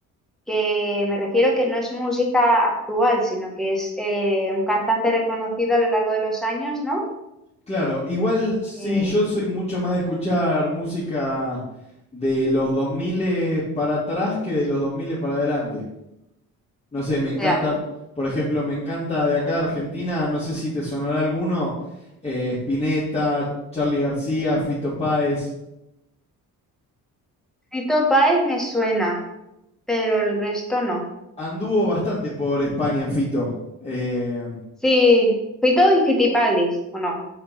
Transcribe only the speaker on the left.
Claro, igual
sí,
yo soy mucho más de escuchar música de los 2000 para atrás que de los 2000 para adelante. No sé, me encanta,
por ejemplo, me encanta de acá de Argentina, no sé si te sonará alguno, eh, Spinetta, Charly García, Fito Páez.
Anduvo bastante por España, Fito. Eh,